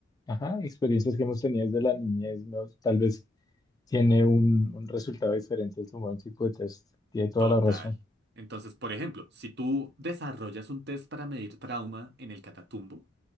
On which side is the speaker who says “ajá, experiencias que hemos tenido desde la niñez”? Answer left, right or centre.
Left